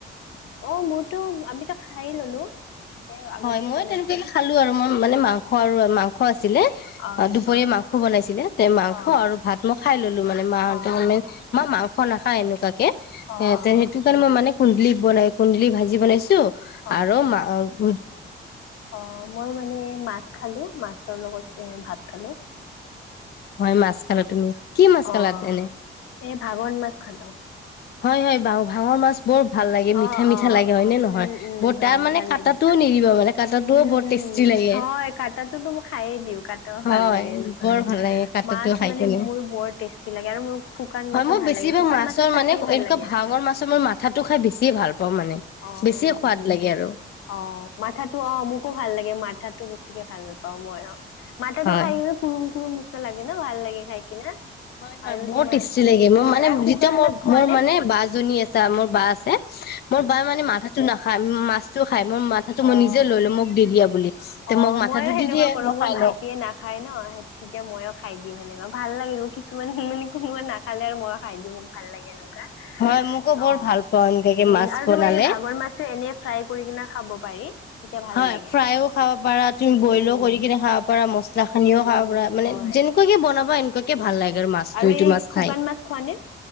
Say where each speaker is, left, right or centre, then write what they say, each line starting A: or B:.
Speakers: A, on the left (about 90°); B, on the left (about 50°).
A: অ মোৰতো আমি ত খায়ে ললো। আগতে
B: হয় মই
A: বনাইছিলো
B: তেনেকাকে খালো আৰু মই মানে মাংস আৰু মাংস আছে ছিলে
A: আচ্ছা
B: দুপৰীয়া মাংস বনাইছিলে তে মাংস
A: অ',
B: আৰু ভাত মই খায় ললো মানে, মাহঁতৰ
A: অ',
B: কাৰণে
A: অ'।
B: মা <unintelligible> খ লাখা এনেকুৱাকে
A: অ',
B: এ
A: অ',
B: তে সেইটো কাৰণে মই মানে কুন্দুলি বনাই কুন্দলি ভাজি বনাইছো।
A: আচ্ছা।
B: আৰু মা অ
A: অ মই মানে মাছ খালো মাছ ৰ লগত এ ভাত খালো।
B: হয়, মাছ খালো। তুমি? কি মাছ
A: অঁ
B: খালা এনে
A: এই ভাগন মাছ খালুঙ।
B: হয়, হয়। ভাঙৰ মাছ বৰ ভাল লাগে, মিঠা,
A: অ',
B: মিঠা
A: অ',
B: লাগে হয়নে নহয়?
A: উম, উম,
B: বৰ
A: হয়
B: তাৰ মানে
A: ভাল
B: কাটাটোও
A: লাগে।
B: নিদিব মানে কাটাটোও
A: উম,
B: বৰ
A: উম,
B: টেষ্টি লাগে
A: হয়, কাটাটোতো মই খায়ে দিওঁ, কাটাও
B: হয়
A: ভাল লাগে এনেকুৱা।
B: বৰ ভাল লাগে কাটাটো
A: মাছ
B: খাই
A: মানে
B: কেনে
A: মোৰ বৰ টেষ্টি লাগে, আৰু মোৰ শুকান
B: হয়
A: মাছো
B: মই
A: ভাল
B: বেছিভাগ
A: লাগে, শুকান মাছৰ চাটনি
B: মানে এনেকুৱা
A: ভাল লাগে
B: ভাঙৰ মাছ মই মাথাটো খাই বেছিয়ে ভাল পাওঁ মানে।
A: অ
B: বেছিয়ে
A: হয়
B: সোৱাদ
A: নেকি?
B: লাগে আৰু
A: অ মাথাটো অ মোকো ভাল লাগে। মাথাতো বেছিকে ভাল পাও মই অ। মাথাটো
B: হয়
A: খাইওৱে কুম কুম লাগে ন ভাল লাগে খাই কিনে।
B: হয় হয়
A: আৰু
B: বৰ
A: তোমাৰ
B: টেষ্টি লাগে মোৰ
A: উম
B: মানে
A: আৰু শুকান
B: যেতিয়া মোৰ
A: মাছ খোৱা
B: মোৰ
A: নে
B: মানে বা জনী আছে মোৰ বা আছে। মোৰ
A: আচ্ছা
B: বা মানে মাথাটো নাখায় মাছটো খাই মোৰ মাথাটো মই
A: অ
B: নিজে লৈ লো মোক দি দিয়া বুলি। তে
A: অ
B: মোক মাথাটো
A: মইয়ো সেনেকুৱা
B: দি দিয়ে
A: কৰো
B: মই
A: মোৰ
B: খাই
A: ভাইটিয়ে
B: লওঁ
A: নাখায় ন তেতিয়া মইয় খাই দিওঁ। সেনেকুৱা ভাল লাগে কিছুমান <unintelligible> নাখালে মইয় খাই দিওঁ মোক ভাল লাগে এনে কা
B: হয় মোকো বৰ
A: অ
B: ভাল পাওঁ এনেকাকে
A: উম
B: মাছ
A: আৰু
B: বনালে
A: তোমাৰ এই ভাগৰ মাছটো এনে ফ্ৰাই কৰি কিনে খাব পাৰি। তেতিয়া ভাল
B: হয়
A: লাগে
B: ফ্ৰায়ো খাব পাৰা তুমি
A: উম
B: বইলো
A: উম
B: কৰি কিনে খাব পাৰা মছলা হানিও
A: উম
B: খাব
A: উম
B: পাৰা মানে
A: হয়
B: যেনেকুৱা কি বনাবা এ ককে
A: উম
B: ভাল লাগে আৰু মাছটো এইটো
A: এই
B: মাছ
A: শুকান
B: খাই।
A: মাছ খোৱা নে